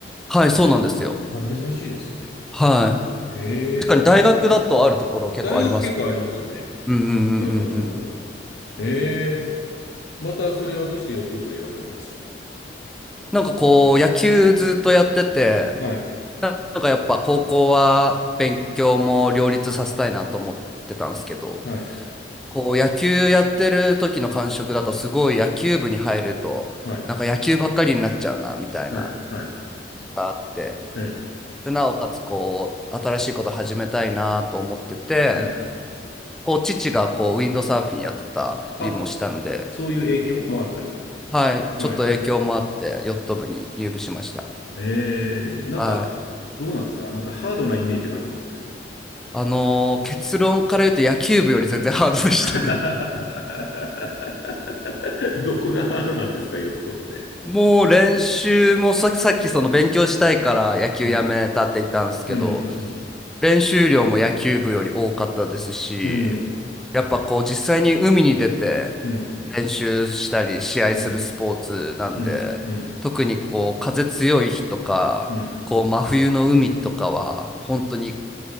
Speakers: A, in the centre; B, on the left (about 65°).
A: はい、そうなんですよ。
B: あ、珍しいですよね。
A: はい。
B: ええ
A: 確かに大学だとあるところ結構あります。
B: 大学結構ありますよね。
A: うんうんうんうんうん。
B: うんうんうん。ええまたそれはどうしてヨット部を選ばれたんですか
A: なんかこう野球ずっとやってて、
B: はい。
A: ななんかやっぱ高校は勉強も両立させたいなと思ってたんですけど、
B: はい。
A: こう野球やってる時の感触だとすごい野球部に入るとなんか野球ばっかりになっちゃうなみたいな
B: はい。はい。はい。
A: があって
B: ええ
A: でなおかつこう新しいこと始めたいなと思ってて
B: はい。
A: こう父がこうウィンドサーフィンやってたりもしたんで、
B: あ、そういう影響もあったり。
A: はい、
B: はい。
A: ちょっと影響もあってヨット部に入部しました。
B: えー、なんか、
A: はい、
B: どうなんですかなんかハードなイメージがあるんですけど。
A: あのー結論から言うと野球部より全然ハードでしたね。
B: <laughs> どこがハードなんですか、ヨットって。
A: <laughs> もう練習もさ、さっきその勉強したいから野球やめたって言ったんですけど
B: うん、うん、
A: 練習量も野球部より多かったですし、
B: うん、
A: やっぱこう実際に海に出て
B: うん、うん、
A: 練習したり試合するスポーツなんで、
B: うん、うん、うん、
A: 特にこう風強い日とか、
B: うん、
A: こう真冬の海とかは本当に